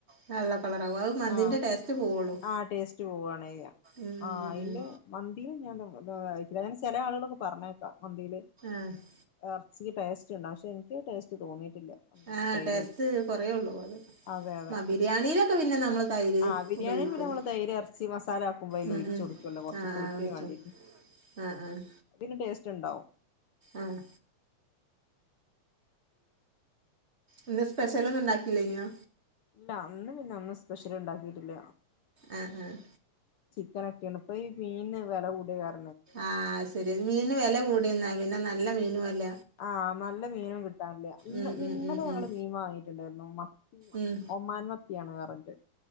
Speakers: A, on the right; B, on the left.
A: വെള്ള കളറാവും അത് മന്തിൻ്റെ
B: ആ
A: ടേസ്റ്റ് പോവുള്ളൂ
B: ആ ടേസ്റ്റ് പോകാണ് ചെയ്യാ
A: ഉം
B: ആ
A: ഉം
B: അയിൽ
A: ഉം ഉം
B: മന്തി ഞാൻ ഞാൻ ചില ആളുകളൊക്കെ പറഞ്ഞേക്കാം മന്തിയിൽ
A: ആ
B: ഇറച്ചിക്ക് ടേസ്റ്റ് ഉണ്ടാകും പക്ഷെ എനിക്ക് അത് ടേസ്റ്റ് തോന്നിട്ട് ട്ടില്ല
A: ആഹ്
B: തൈര്
A: ടേസ്റ്റ്
B: ഒഴിച്ചു
A: കൊറേ ഉള്ളൂ അത്
B: അതെ അതെ
A: ആഹ് ബിരിയാണിയിലൊക്കെ പിന്നെ നമ്മള് തൈര്
B: ആ ബിരിയാണിയിൽ
A: ഉപയോഗിക്കല്ലോ
B: പിന്നെ നമ്മൾ തൈര് ഇറച്ചി മസാല ആക്കുമ്പോ അയിൽ
A: ഉം
B: ഒഴിച്ച്
A: ഉം
B: കൊടുക്കല്ലോ കൊറച്ചു
A: ആഹ്
B: പുളിപ്പിന്
A: ആഹ് വെച്ചു
B: വേണ്ടിയിട്ട്
A: ആഹ് ആഹ്
B: പിന്നെ ടേസ്റ്റ് ണ്ടാവും
A: ആഹ് ഇന്ന് സ്പെഷ്യലൊന്നും ഉണ്ടാക്കില്ലെയ്നിയോ
B: ഇല്ല ഇന്ന് പിന്നെ ഒന്നും സ്പെഷ്യൽ ഉണ്ടാക്കിട്ടില്ല
A: ആഹ ആഹ
B: ക്കനാക്കിയാലോ ഇപ്പൊ ഏ മീനിന് വെല കൂടിയ കാരണം
A: ആഹ ശരി മീന് വെല കൂടിയുന്നോ പിന്നെ നല്ല മീനും അല്ല
B: ആഹ് നല്ല മീനും കിട്ടാനില്ല. ഇന്ന്
A: ഉം ഉം
B: ഇന്നലെ
A: ഉം
B: ഞങ്ങള്
A: ഉം
B: മീൻ വാങ്ങിട്ടുണ്ടായിരുന്നു മത്തി
A: ഉം
B: ഒമാൻ മത്തിയാണ് <unintelligible>